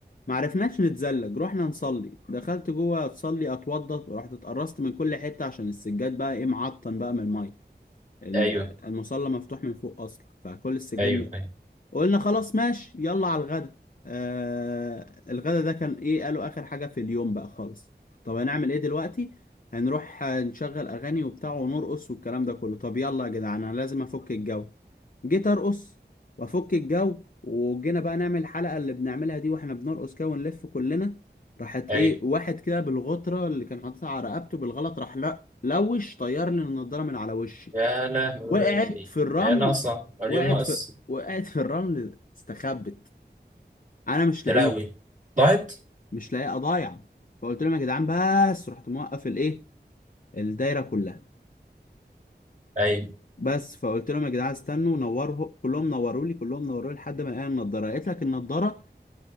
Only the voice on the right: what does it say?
ايوه
ايوه ايوه
ايوه
يا لهوي
هي ناقصة اليوم
ناقص
يا لهوي ضاعت
اي